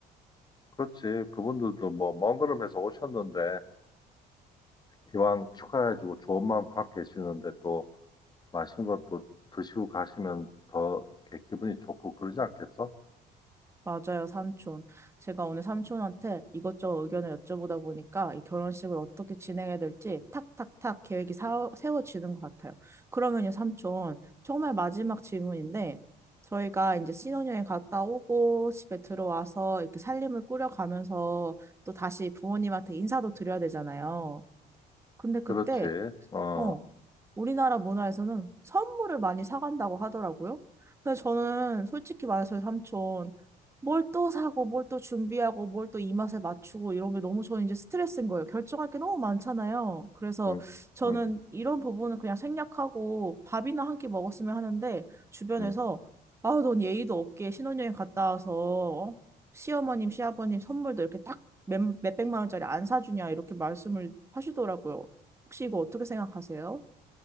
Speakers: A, on the left (about 25°); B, on the right (about 15°).
A: 그렇지. 그분들도 뭐 먼 걸음에서 오셨는데 기왕 축하해주고 좋은 마음 갖고 계시는데 또 맛있는 것도 드시고 가시면 더 이렇게 기분이 좋고 그러지 않겠어?
B: 맞아요, 삼촌. 제가 오늘 삼촌한테 이것저것 의견을 여쭤보다 보니까 이 결혼식을 어떻게 진행해야 될지 탁탁탁 계획이 사- 세워지는 것 같아요. 그러면요, 삼촌, 정말 마지막 질문인데, 저희가 이제 신혼여행 갔다 오고 집에 들어와서 이렇게 살림을 꾸려가면서 또 다시 부모님한테 인사도 드려야 되잖아요. 근데 그때
A: 그렇지. 어,
B: 어, 우리나라 문화에서는 선물을 많이 사간다고 하더라고요. 근데 저는 솔직히 말해서 삼촌, 뭘 또 사고, 뭘 또 준비하고, 뭘 또 입맛에 맞추고, 이런 게 너무 저는 이제 스트레스인 거예요. 결정할 게 너무 많잖아요. 그래서
A: 음,
B: 저는
A: 음,
B: 이런 부분은 그냥 생략하고 밥이나 한 끼 먹었으면 하는데, 주변에서,
A: 음.
B: 아우, 넌 예의도 없게 신혼여행 갔다 와서, 어? 시어머님, 시아버님 선물도 이렇게 딱 몇, 몇백만 원짜리 안 사주냐, 이렇게 말씀을 하시더라고요. 혹시 이거 어떻게 생각하세요?